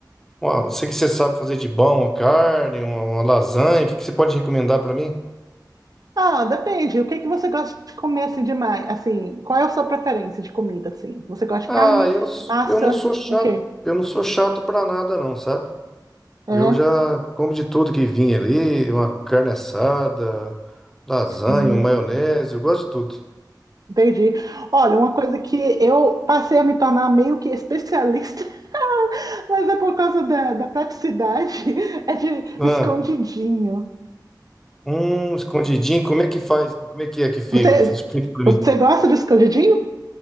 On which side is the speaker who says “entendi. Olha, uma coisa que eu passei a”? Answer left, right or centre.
Right